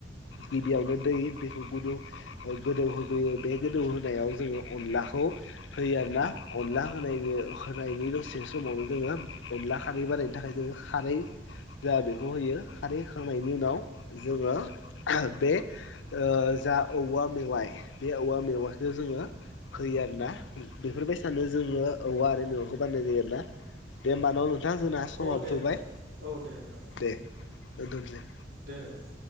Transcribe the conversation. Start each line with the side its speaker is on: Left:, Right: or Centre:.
Left: गिबियावनो दै दैखौ गुदुं गोदौहोग्रोयो बे गोदौ होनायाव जोङो अनलाखौ होयो आरोना अनला होनाय होनायनि दसे समावनो जोङो अनला खारै बानायनो थाखाय जों खारै जा बेखौ होयो। खारै होखांनायनि उनाव जोङो बे ओ जा औवा मेवाइ बे औवा मेवाइखौ जोङो होयो आरोना। बेफोरबायसानो जोङो औवा आरो मेवायखौ बानायनाय जायो आरोना। दे
Right: औ
Left: होमबा न' नोंथां जोंना समाबो
Right: औ दे
Left: थौबाय
Right: नोंथां औ दे नोंथां
Left: दे दोनथ'सै।
Right: दे नोंथां।